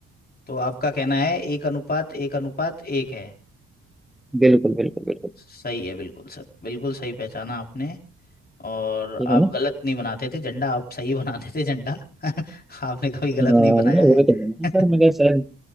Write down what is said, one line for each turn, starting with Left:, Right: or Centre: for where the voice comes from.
Left: तो आपका कहना है एक अनुपात एक अनुपात एक है
Centre: बिल्कुल बिल्कुल बिल्कुल
Left: सही है बिल्कुल सर बिल्कुल सही पहचाना आपने और
Centre: ठीक
Left: आप
Centre: है ना
Left: गलत नहीं बनाते थे झंडा आप सही बनाते थे झंडा <laughs> आपने कभी गलत
Centre: हाँ,
Left: नहीं बनाया
Centre: मैं वही
Left: है
Centre: तो बोल रहा हूँ सर
Left: <laughs>
Centre: मैं कहा शायद